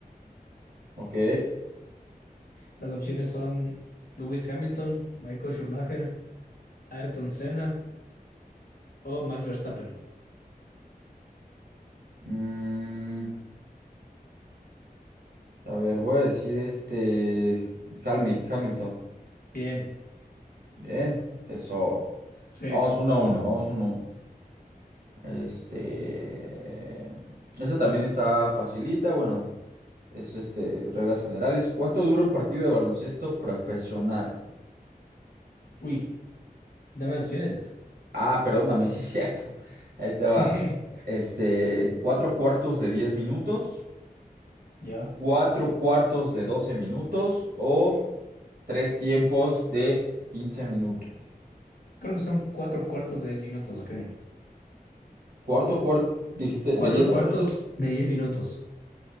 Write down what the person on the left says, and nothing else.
Las opciones son Lewis Hamilton, Michael Schumacher, Ayrton Senna o Max Verstappen.
Bien.
Sí.
Uy, dame opciones. <laughs>
Sí.
Ya.
Creo que son cuatro cuartos de 10 minutos, ¿ok?
Cuatro
cuartos
de diez minutos.